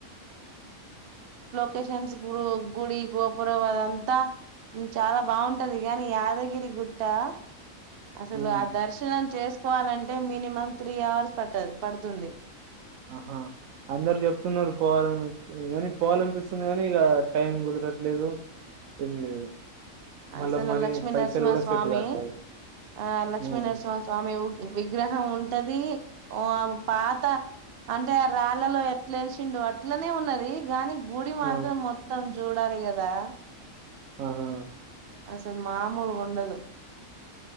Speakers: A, on the right; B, on the right.
A: కేషన్స్ గు గుడి గోపురవాద్ అంతా చాలా బాగుంటది కాని యాదగిరి గుట్టా అసలు
B: ఉమ్,
A: ఆ దర్శనం చేసుకు కోవాలంటే మినిమం త్రీ అవర్స్ పట్టదు పడుతుంది
B: ఆహా అందరు చెప్తున్నారు పోవాలని కానీ పోవాలనిపిస్తుంది కాని ఇక టైం కుదరట్లేదు ఏం లేదు మళ్ళా
A: అసలు
B: మనీ
A: లక్ష్మీనరసింహస్వామి
B: పైసలు కూడా సెట్ కావట్లేదు
A: ఆ లక్ష్మీనరసింహస్వామి
B: ఉమ్,
A: విగ్రహం ఉంటది దీ ఉమ్ పాత అంటే రాళ్ళలో తెలిసిండు అట్లనే ఉన్నది గాని గుడి మాత్రం
B: ఆ,
A: మొత్తం చూడాలి కదా
B: ఆహా
A: అసలు మామూలు గుండదు